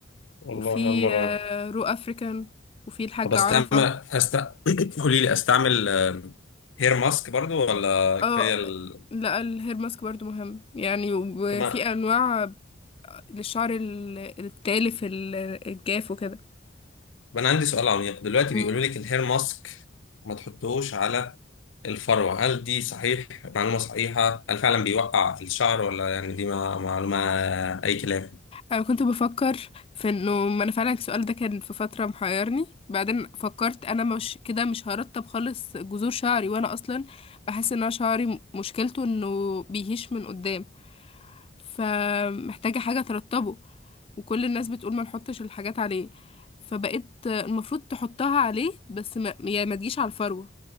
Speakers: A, on the left; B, on the left.
A: والله
B: وفي
A: اول مره
B: آه،
A: أعرف.
B: رو أفريكان وفي الحاج
A: طب استعمل
B: عرفة
A: أست... <coughs> قولي لي استعمل هير ماسك برضو ولا
B: اه
A: كفايه ال...
B: لا الهير ماسك برضو مهم يعني وفي
A: طب ما
B: انواع للشعر ال- التالف ال- الجاف وكده
A: طب انا عندي سؤال عميق دلوقتي
B: مم.
A: بيقولوا لك الهير ماسك ما تحطوش على الفروه هل دي صحيح معلومه صحيحه هل فعلا بيوقع الشعر ولا يعني دي مع- معلومه اي كلام
B: انا كنت بفكر في انه ما انا فعلا السؤال ده كان في فتره محيرني بعدين فكرت انا مش كده مش هرطب خالص جذور شعري وانا اصلا بحس ان انا شعري م- مشكلته انه بيهش من قدام فمحتاجه حاجه ترطبه وكل الناس بتقول ما نحطش الحاجات عليه فبقيت المفروض تحطها عليه بس ما يعني ما تجيش على الفروه